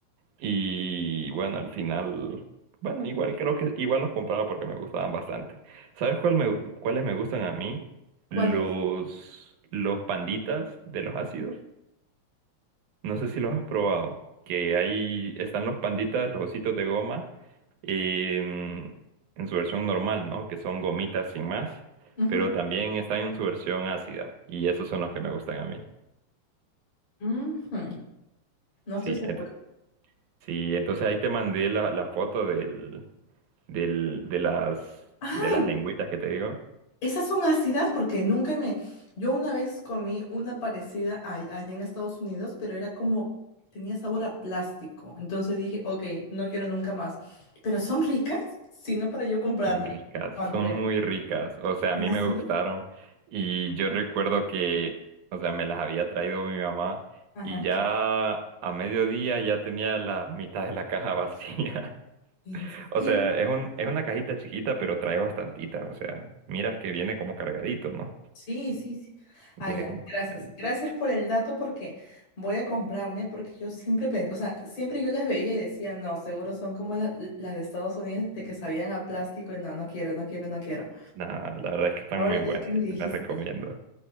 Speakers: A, on the right; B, on the left.
A: Y bueno, al final, bueno, igual creo que igual los compraba porque me gustaban bastante. ¿Sabes cuál me, cuáles me gustan a mí?
B: ¿Cuáles?
A: Los, los panditas de los ácidos. No sé si los has probado. Que ahí están los panditas, los ositos de goma, em, en su versión normal, ¿no? Que son gomitas sin más.
B: Ujú,
A: Pero también están en su versión ácida. Y esos son los que me gustan a mí.
B: ujú. No estoy
A: Sí,
B: segura.
A: ent- sí, entonces ahí te mandé la, la foto del, del- de las,
B: Ay,
A: de las lengüitas que te digo,
B: esas son ácidas porque nunca me... Yo una vez comí una parecida a- allá en Estados Unidos, pero era como... tenía sabor a plástico. Entonces dije, ok, no quiero nunca más. Pero son ricas, sino para yo comprarme
A: son ricas,
B: cuando
A: son
B: vea.
A: muy ricas. O sea, a mí
B: ¿Ácidas?
A: me gustaron y yo recuerdo que, o sea, me las había traído mi mamá
B: Ajá.
A: y ya a mediodía ya tenía la mitad de la caja vacía. <laughs>
B: ¿En serio?
A: O sea, es un, es una cajita chiquita, pero trae bastantita. O sea, miras que viene como cargadito, ¿no?
B: Sí, sí, sí. Ah,
A: Viene
B: ya,
A: como
B: gracias.
A: cargadito.
B: Gracias por el dato porque voy a comprarme porque yo siempre pensé, o sea, siempre yo las veía y decía, no, seguro son como la- las de Estados Unidos de que sabían a plástico y no, no quiero, no quiero, no quiero.
A: Nah, la verdad es que están
B: Ahora
A: muy
B: ya
A: buenas,
B: que me dijiste,
A: te las recomiendo.